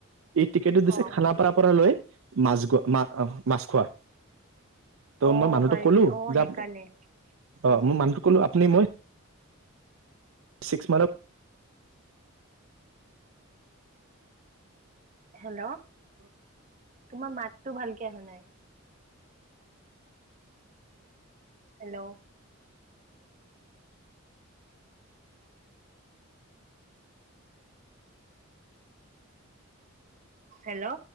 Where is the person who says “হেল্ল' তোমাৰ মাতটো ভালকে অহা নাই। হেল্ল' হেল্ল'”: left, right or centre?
Right